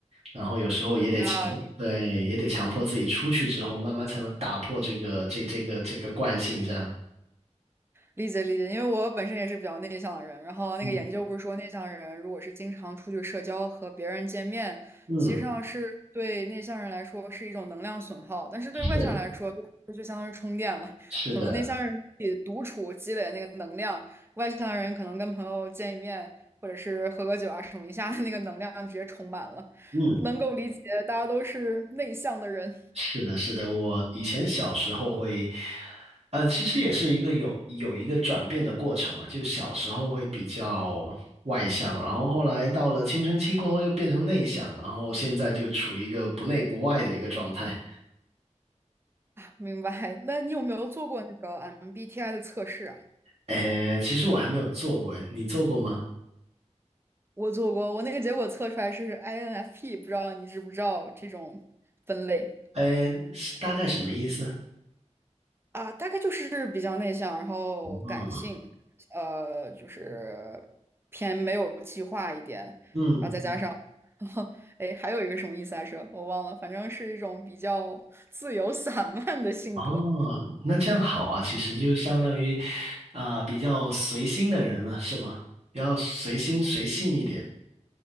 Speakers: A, on the right; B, on the right.
A: 然后有时候也得强，
B: 啊，
A: 对，也得强迫自己出去之后，慢慢才能打破这个这这个这个惯性，这样。
B: 理解理解，因为我本身也是比较内向的人，然后那个研究不是说内向人如果是经常出去社交和别人见面，
A: 嗯。嗯
B: 其实上是对内向人来说是一种能量损耗，但是对外向人来说就就相当于充电了。
A: 是是的，
B: 可能内向人自己独处积累那个能量，外向人可能跟朋友见一面或者是喝个酒啊什么，一下那个能量直接充满了，
A: 嗯，
B: 能够理解大家都是内向的人，
A: 是的，是的。我以前小时候会，呃，其实也是一个有有一个转变的过程啊。就小时候会比较外向，然后后来到了青春期过后又变成内向，然后现在就处于一个不内不外的一个状态。
B: 明白？那你有没有做过那个 MBTI 的测试啊？
A: 呃，其实我还没有做过，你做过吗？
B: 我做过，我那个结果测出来是 INFP，不知道你知不知道这种分类
A: 呃，是大概什么意思？
B: 啊？大概就是比较内向，然后感性，
A: 嗯
B: 呃，就是偏没有计划一点，然后再加上，
A: 嗯
B: <laughs> 哎，还有一个什么意思来着？我忘了，反正是一种比较自由散漫的性格。
A: 哦，那这样好啊，其实就相当于啊、比较随心的人了，是吗？比较随心随性一点。